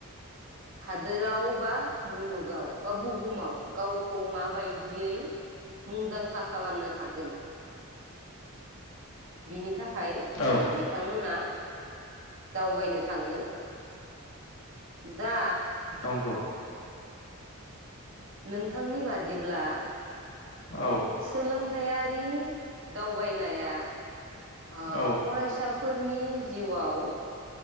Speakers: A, on the right; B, on the left.
A: हादोराव बा मुलुगाव बा बुहुमाव गावखौ माबायदियै मुंदांखा खालामनो हागोन। बिनि थाखाय
B: औ
A: ओ बिथांमोना दावबायनो थाङो। दा
B: नंगौ
A: नोंथांनि बादिब्ला
B: औ
A: सोलोंथायारि दावबायनाया ओ
B: औ
A: फरायसाफोरनि जिउआव